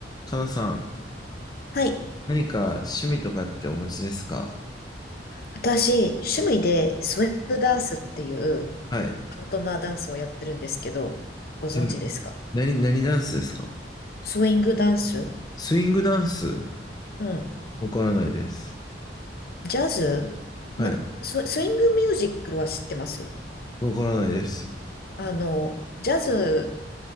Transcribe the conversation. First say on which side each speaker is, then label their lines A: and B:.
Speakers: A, on the left; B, on the left.
A: かなさん、
B: はい。
A: 何か趣味とかってお持ちですか
B: 私、趣味でスウェーブダンスっていう
A: はい。
B: パートナーダンスをやってるんですけど、ご存知ですか
A: でも何、何ダンスですか
B: スウィングダンス
A: スイングダンス
B: うん。
A: わからないです。
B: ジャズな、
A: はい。
B: ス、スイングミュージックは知ってます
A: わからないです。
B: あの、ジャズ